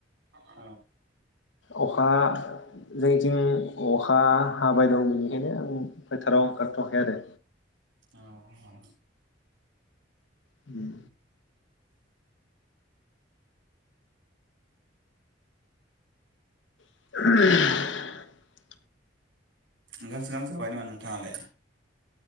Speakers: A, on the right (about 80°); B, on the left (about 80°).
A: औ
B: अखा जोंथिं अखा हाबाय दं बेनिखायनो आं फोथाराव ओंखारथ'खै आरोे
A: औ
B: उम <inaudible>
A: ओंखाम सोंखाम जाबाय नामा नोंथाङालाय?